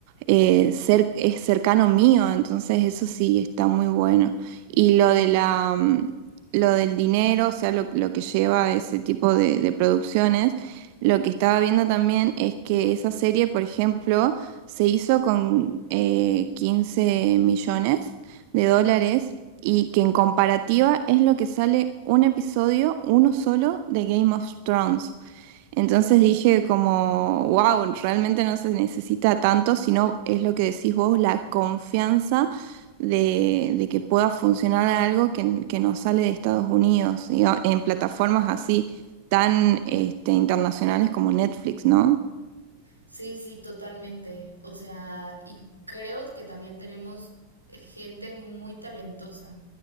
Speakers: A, on the right (about 45°); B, on the right (about 85°).
A: eh, cer- es cercano mío, entonces eso sí está muy bueno. Y lo de la, mm, lo del dinero, o sea, lo, lo que lleva ese tipo de, de producciones, lo que estaba viendo también es que esa serie, por ejemplo, se hizo con eh, 15 millones de dólares y que en comparativa es lo que sale un episodio, uno solo, de Game of Thrones. Entonces dije como, wow, realmente no se necesita tanto, sino es lo que decís vos, la confianza de, de que pueda funcionar algo que, que nos sale de Estados Unidos, diga- en plataformas así tan este, internacionales como Netflix, ¿no?
B: Sí, sí, totalmente. O sea, y creo que también tenemos gente muy talentosa.